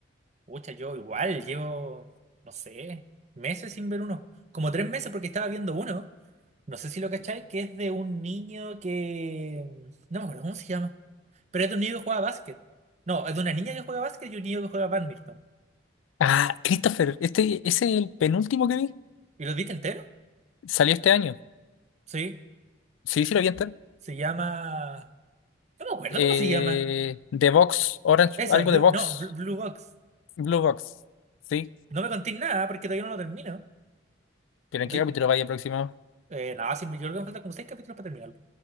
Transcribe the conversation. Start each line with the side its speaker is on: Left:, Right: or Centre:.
Right: Pucha, yo igual llevo, no sé, meses sin ver uno. Como tres meses porque estaba viendo uno. No sé si lo cacháis, que es de un niño que... No me acuerdo cómo se llama. Pero es de un niño que juega básquet. No, es de una niña que juega básquet y un niño que juega badminton.
Left: Ah, Christopher, este, ese es el penúltimo que vi,
Right: ¿Y lo viste entero?
Left: salió este año.
Right: Sí.
Left: Sí, sí lo vi entero.
Right: Se llama... No me acuerdo
Left: Eh,
Right: cómo se llama.
Left: The Box, Orange,
Right: Eso,
Left: algo
Right: Blue...
Left: de Box,
Right: no, Blue Blue Box.
Left: Blue Box, sí,
Right: No me contéis nada porque todavía no lo termino.
Left: pero
Right: Estoy-
Left: ¿en qué capítulo vaya aproximado?
Right: Eh, no, sí, yo creo que me faltan como seis capítulos para terminarlo.